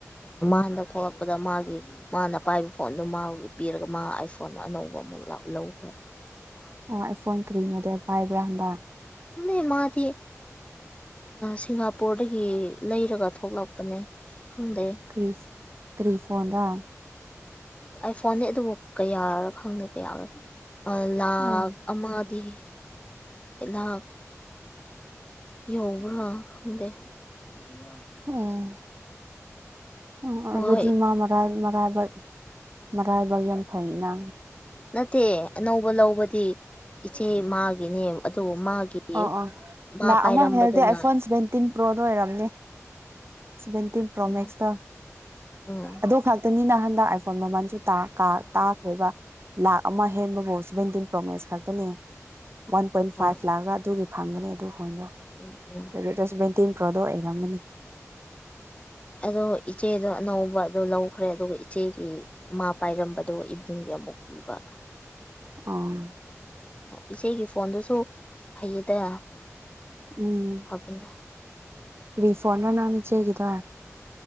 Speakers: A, on the left; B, on the right.
A: ꯑ ꯊꯣꯛꯂꯛꯄꯗ ꯃꯥꯒꯤ ꯃꯥꯅ ꯄꯥꯏꯕ ꯐꯣꯟꯗꯨ ꯃꯥ ꯄꯤꯔꯒ ꯃꯥ ꯑꯥꯏ ꯐꯣꯟꯗ ꯑꯅꯧꯕ ꯑꯃꯨꯛ ꯂꯧꯈ꯭ꯔꯦ <unintelligible>
B: ꯑꯣ ꯑꯥꯏ ꯐꯣꯟ ꯀꯔꯤ ꯃꯣꯗꯦꯜ ꯄꯥꯏꯕ꯭ꯔꯥ ꯃꯥ
A: ꯗꯦ ꯃꯥꯗꯤ ꯁꯤꯡꯒꯥꯄꯨꯔꯗꯒꯤ ꯂꯩꯔꯒ ꯊꯣꯛꯂꯛꯄꯅꯦ ꯈꯪꯗꯦ
B: ꯏꯁ ꯀꯔꯤ ꯐꯣꯟꯗ
A: ꯑꯥꯏ ꯐꯣꯟꯅꯤ ꯑꯗꯨꯕꯨ ꯀꯌꯥꯔ ꯈꯪꯗꯦ ꯀꯌꯥ ꯂꯥꯛ
B: ꯎꯝ
A: ꯑꯃꯗꯤ ꯍꯦꯜꯂ ꯌꯧꯕ꯭ꯔꯥ ꯈꯪꯗꯦ <unintelligible>
B: ꯑꯝ ꯎꯝ
A: ꯍꯣꯏ
B: ꯑꯗꯨꯗꯤ ꯃꯥ ꯃꯔꯥꯏ ꯃꯔꯥꯏꯕꯛ ꯃꯔꯥꯏꯕꯛ ꯌꯥꯝ ꯐꯩꯌꯦꯅ
A: ꯅꯠꯇꯦ ꯑꯅꯧꯕ ꯂꯧꯕꯗꯤ ꯏꯆꯦ ꯃꯥꯒꯤꯅꯦ ꯑꯗꯨ ꯃꯥꯒꯤ
B: ꯑꯣ ꯑꯣ
A: ꯃꯥ
B: ꯂꯥꯛ
A: ꯄꯥꯏꯔꯝꯕꯗꯨꯅ
B: ꯑꯃ ꯍꯦꯜꯂꯗꯤ ꯑꯥꯏ ꯐꯣꯟ ꯁꯚꯦꯟꯇꯤꯟ ꯄ꯭ꯔꯣꯗꯣ ꯑꯣꯏꯔꯝꯅꯤ ꯁꯚꯦꯟꯇꯤꯟ ꯄ꯭ꯔꯣ
A: ꯎꯝ
B: ꯃꯦꯛꯁꯇ
A: ꯎꯝ
B: ꯑꯗꯨꯈꯛ ꯇꯅꯤꯅ ꯍꯟꯗꯛ ꯑꯥꯏ ꯐꯣꯟ ꯃꯃꯜꯁꯨ ꯇꯥꯈꯔꯦꯕ ꯂꯥꯛ ꯑꯃ ꯍꯦꯟꯕꯕꯨ ꯁꯚꯦꯟꯇꯤꯟ ꯄ꯭ꯔꯣ ꯃꯦꯛꯁ ꯈꯛꯇꯅꯦ ꯋꯥꯟ ꯄꯣꯏꯟ
A: ꯍꯣꯏ
B: ꯐꯥꯏꯚ ꯂꯥꯛꯄ꯭ꯔꯥ ꯑꯗꯨꯒꯤ ꯐꯪꯕꯅꯤ ꯑꯗꯨ ꯐꯣꯟꯗꯣ
A: ꯎꯝ
B: ꯑꯗꯨꯒꯤꯗ ꯁꯕꯦꯟꯇꯤꯟ ꯄ꯭ꯔꯣꯗꯣ ꯑꯣꯏꯔꯝꯒꯅꯤ
A: ꯎꯝ ꯑꯗꯣ ꯏꯆꯦꯗꯣ ꯑꯅꯧꯕ ꯑꯗꯨ ꯂꯧꯈ꯭ꯔꯦ ꯑꯗꯨꯒ ꯏꯆꯦꯒꯤ ꯃꯥ ꯄꯥꯏꯔꯝꯕꯗꯣ ꯏꯕꯨꯡꯒꯤ ꯑꯃꯨꯛ ꯄꯤꯕ
B: ꯑꯣ
A: ꯏꯆꯦꯒꯤ ꯐꯣꯟꯗꯨꯁꯨ ꯐꯩꯌꯦꯗ
B: ꯎꯝ
A: ꯐꯕꯅꯦ
B: ꯀꯔꯤ ꯐꯣꯟꯅꯣ ꯅꯆꯦꯒꯤꯗꯣ